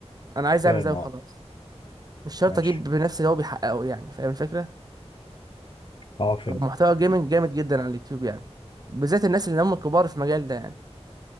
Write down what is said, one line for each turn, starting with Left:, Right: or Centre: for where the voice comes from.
Right: انا عايز
Left: فاهم
Right: اعمل زيه خلاص
Left: اه
Right: مش شرط
Left: ماشي
Right: اجيب بنفس اللي هو بيحققه يعني فاهم الفكره
Left: اه فهمت
Right: فمحتوى الجيمنج جامد جدا على اليوتيوب يعني بالذات الناس اللي هم كبار في المجال ده يعني